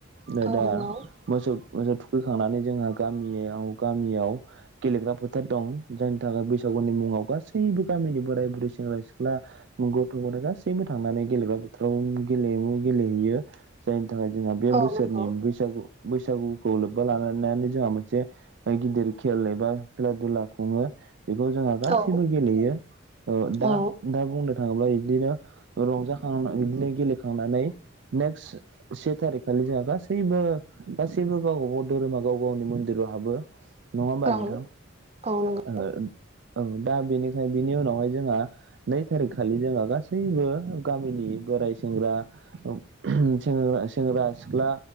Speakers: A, on the right; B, on the right.
A: नै
B: औ
A: दा
B: नंगौ
A: मोसौ मोसौ थुखैखांनानै जोंहा गामियाव गामियाव गेलेग्रा फोथार दं जायनि थाखाय बैसागुनि मुङाव गासैबो गामिनि बोराय बुरै सेंग्रा सिख्ला गथ' गथाय गासैबो थांनानै गेलेग्रा बोथोराव गेलेमु गेलेहैयो। जायनि थाखाय जोंहा बे
B: औ
A: बोसोरनि
B: नंगौ
A: बैसागु बैसागुखौ लोब्बा लानानानै जोंहा मोनसे ऐ गिदिर खेल एबा खेला दुला खुङो। बेखौ जोंहा गासिबो
B: औ
A: गेलेयो ओ दा
B: औ
A: दा बुंनो थाङोब्ला इदिनो रंजाखांना इदिनो गेलेखांनानै नेक्स से थारिख खालि जोंहा गासैबो गासैबो गावबा गाव धोरोमा गाव गावनि मन्दिराव हाबो। नङा होमबा
B: औ
A: नोंथां
B: औ नंगौ
A: ओ ओं दा बेनिखाय बेनि उनावहाय जोंहा नै थारिख खालि जोंहा गासैबो गामिनि बोराय सेंग्रा औ सेंग्रा सेंग्रा सिख्ला